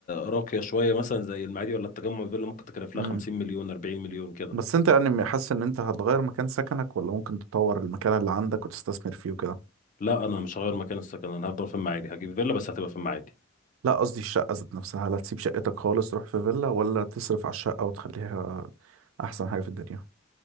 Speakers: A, on the left; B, on the right.
A: راقيه شويه مثلا زي المعادي ولا التجمع فيلا ممكن تكلف لها
B: امم
A: 50 مليون 40 مليون كده
B: بس انت يعني حاسس ان انت هتغير مكان سكنك ولا ممكن تطور المكان اللي عندك وتستثمر فيه وكده
A: لا انا مش هغير مكان السكن انا هفضل في المعادي هجيب فيلا بس هتبقى في المعادي
B: لا قصدي الشقة ذات نفسها هل هتسيب شقتك خالص تروح في فيلا ولا تصرف على الشقة وتخليها أحسن حاجة في الدنيا